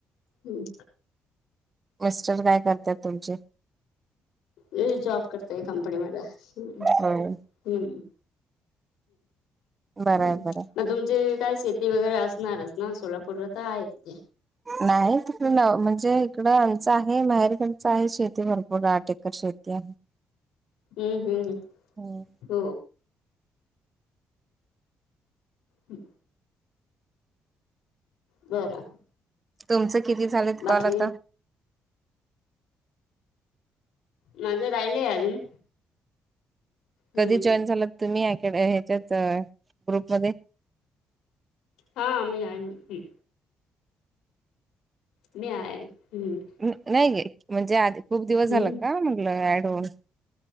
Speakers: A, on the left; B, on the right.
A: हम्.
B: मिस्टर काय करत्यात तुमचे?
A: यी जॉब करतय कंपनीमध्ये. हम्.
B: होय
A: हम्म.
B: बरं आहे
A: हम्.
B: बरं आहे
A: मग तुमचे काय? शेती वगैरे असणारच ना. सोलापूरला तर आहेत की.
B: नाही. तिकड न म्हणजे, इकड आमचं आहे. माहेरकडचं आहे, शेती भरपूर आठ एक र शेती आहे.
A: हम्म, हम्म.
B: हम्म
A: हो. ह. बरं.
B: तुमचं किती झालेत
A: बाकी
B: कॉल आता?
A: माझं, राहिलंय अजून. हम्म
B: कधी जॉईन झालात तुम्ही? अकॅड - ह्याच्यात, अ ग्रुपमध्ये.
A: हा मी आन हम्. मी आहे. हम्म.
B: न नाही गे, म्हणजे आधी खूप दिवस
A: हम्म
B: झाल का? म्हनलं ऍड होऊन.